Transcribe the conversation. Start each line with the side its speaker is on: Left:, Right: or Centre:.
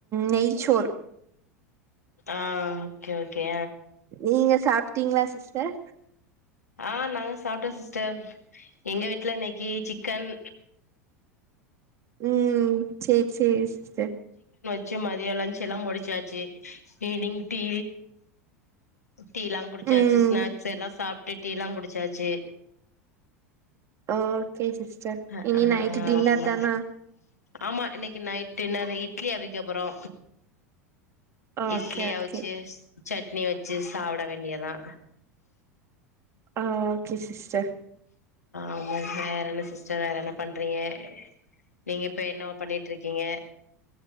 Right: நெயச்சோறு
Left: ஆ ஓகே ஓகே
Right: நீங்க சாப்ட்டீங்களா சிஸ்டர்
Left: ஆ நாங்க சாப்ட்டோ சிஸ்டர் எங்க வீட்ல இன்னைக்கி சிக்கன்
Right: ம் சேர் சேரி சிஸ்டர்
Left: ச்சு மதியோ லஞ்ச் எல்லா முடிச்சாச்சு ஈவ்னிங் டீ டீல்லா குடிச்சாச்சு
Right: ம்
Left: ஸ்நாக்ஸ் எல்லா சாப்ட்டு டீல்லா குடிச்சாச்சு
Right: ஓகே சிஸ்டர்
Left: ஆ
Right: இனி நைட் டின்னர்
Left: ஆமா
Right: தானா
Left: ஆமா இன்னைக்கு நைட் டினர்ரு இட்லி அதிக்கப்பறோ
Right: ஓகே
Left: இட்லி
Right: ஓகே
Left: அவிச்சு சட்னி வெச்சு சாப்ட வேண்டியதா
Right: ஆ ஓகே சிஸ்டர்
Left: ஆமா வேற என்ன சிஸ்டர் வேற என்ன பண்றீங்க நீங்க இப்ப என்னவ பண்ணிட்டு இருக்கீங்க